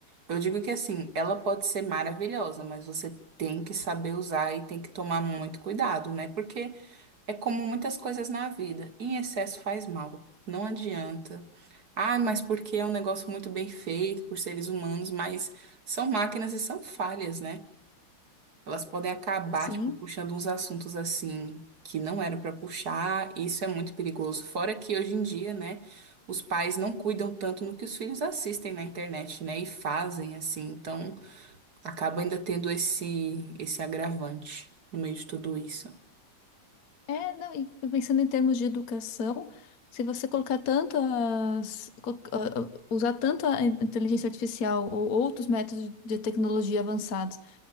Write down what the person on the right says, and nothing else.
eu digo que assim, ela pode ser maravilhosa, mas você tem que saber usar e tem que tomar muito cuidado, né? Porque é como muitas coisas na vida, em excesso faz mal, não adianta. Ah, mas porque é um negócio muito bem feito por seres humanos, mas são máquinas e são falhas, né? Elas podem acabar,
tipo, puxando uns assuntos assim que não eram pra puxar. e Isso é muito perigoso. Fora que hoje em dia, né, os pais não cuidam tanto no que os filhos assistem na internet, né, e fazem assim. Então, acaba ainda tendo esse esse agravante no meio de tudo isso.